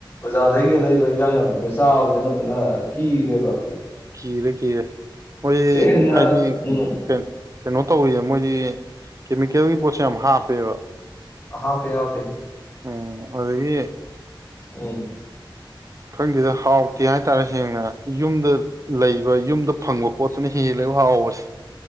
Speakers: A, on the left (about 25°); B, on the right (about 40°).
A: ꯖꯥꯗꯒꯤꯒ ꯂꯩꯔꯤꯕ ꯍꯤꯟꯖꯥꯡ ꯅꯥꯄꯤꯁꯦ ꯆꯥꯕꯗꯤ ꯑꯅꯝꯕꯅ ꯀꯤꯔꯦꯕ
B: ꯈꯔꯦ ꯀꯔꯦ ꯃꯣꯏ
A: ꯁꯦꯡꯅ
B: ꯍꯥꯏꯗꯤ
A: ꯎꯝ
B: ꯀ ꯀꯩꯅꯣ ꯇꯧꯋꯦ ꯃꯣꯏꯗꯤ ꯀꯦꯃꯤꯀꯦꯜꯒꯤ ꯄꯣꯠꯁ ꯌꯥꯝ ꯍꯥꯞꯄꯦꯕ
A: ꯍꯥꯄꯦ ꯍꯥꯄꯦ
B: ꯎꯝ ꯑꯗꯒꯤ
A: ꯎꯝ
B: ꯈꯪꯗꯦꯗ ꯍꯥꯎꯇꯦ ꯍꯥꯏꯇꯥꯔꯦ ꯁꯦꯡꯅ ꯌꯨꯝꯗ ꯂꯩꯕ ꯌꯨꯝꯗ ꯐꯪꯕ ꯄꯣꯠꯇꯨꯅ ꯍꯦꯜꯂꯦꯕ ꯍꯥꯎꯕꯁꯦ